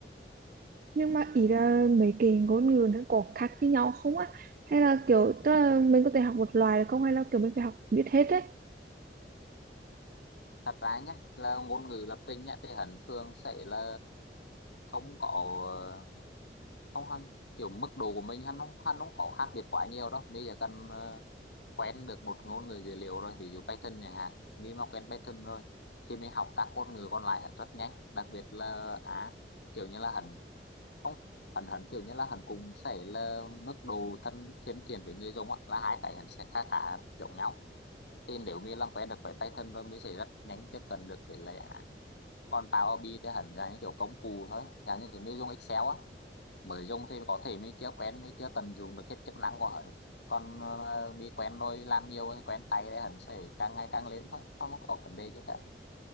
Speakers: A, on the right (about 50°); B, on the left (about 80°).
A: nhưng mà ý là mấy cái ngôn ngữ nó có khác với nhau không á hay là kiểu tức là mình có thể học một loài được không hay là kiểu mình phải học biết hết đấy
B: thật ra nhá là ngôn ngữ lập trình nhá thì hẳn thường sẽ là không có ờ, không hẳn kiểu mức độ của mình hắn không hắn không có khác biệt quá nhiều đâu bây giờ cần ờ, quen được một ngôn ngữ dữ liệu rồi ví dụ Python chẳng hạn mình mà quen Python rồi thì mình học các ngôn ngữ còn lại hẳn rất nhanh đặc biệt là à kiểu như là hẳn không hắn hắn kiểu như là hắn cũng sẽ là mức độ thân thân thiện với người dùng á là hai cái hắn sẽ khá khá giống nhau thì nếu như làm quen được với Python rồi mới sẽ rất nhanh tiếp cận được với lại án còn Power BI thì hắn là những kiểu công cụ thôi là những kiểu mình dùng Excel á mới dùng thì có thể mình chưa quen mình chưa tận dụng được hết chức năng của hắn còn ờ, mình quen rồi làm nhiều quen tay thì hắn sẽ càng ngày càng lên thôi không có vấn đề chứ cả